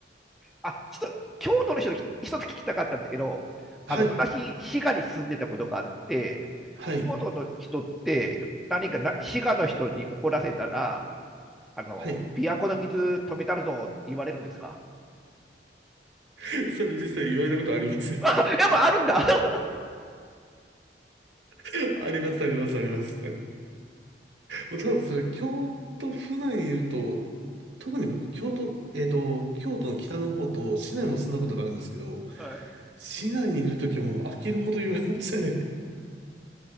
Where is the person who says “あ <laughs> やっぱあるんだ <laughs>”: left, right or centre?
Centre